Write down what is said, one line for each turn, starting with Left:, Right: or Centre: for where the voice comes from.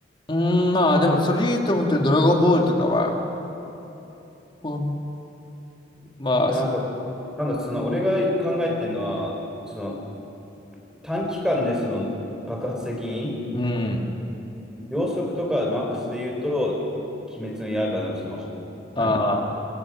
Left: うーん、まあでもそれで言うと本当にドラゴンボールとかは、ほんまあ、
Centre: なんか、
Left: そ
Centre: なんだ、その俺が考えてるのは、その短期間でその爆発的に、
Left: うん、
Centre: 秒速とかマックスで言うと、鬼滅の刃のその、
Left: ああ、
Centre: 何、